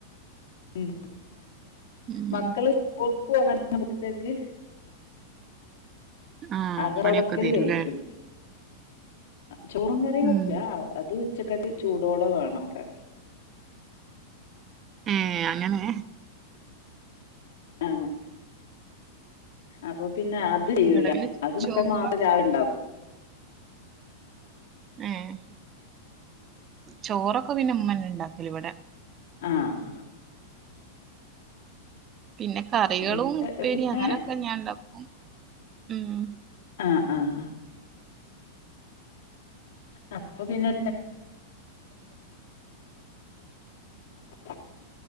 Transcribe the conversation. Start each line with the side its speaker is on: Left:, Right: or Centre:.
Left: ഉം
Right: ഉം
Left: മക്കള് പോകനാവുമ്പഴത്തേക്ക്
Right: ആ
Left: അത്
Right: പണിയൊക്കെ
Left: തുടക്കല്
Right: തീരൂല്ലേ
Left: കഴിക്കും ചോറും കറിയും
Right: ഉം
Left: വെക്കില്ല അത് ഉച്ചക്കക്ക്‌ ചൂടോട വേണവിടെ
Right: ഏഹ് അങ്ങനെ
Left: ആഹ് അപ്പൊ പിന്നെ അത് ചെയ്യൂല
Right: ഇവിടെ പിന്നെ
Left: അത്ക്കെ
Right: ചോറൊക്കെ
Left: മാത്രം രാവെ ണ്ടാവും
Right: ഉം ചോറൊക്കെ പിന്നെമ്മന്ന ണ്ടാക്കല ഇവിടെ
Left: ആഹ്
Right: പിന്നെ കറികളും
Left: ഇവിടെ
Right: ഉപ്പേരിയും
Left: പിന്നെ
Right: അങ്ങനെയൊക്കെ ഞാൻ ണ്ടാക്കും ഉം
Left: ആഹ് ആഹ് അപ്പ പിന്നെ <unintelligible>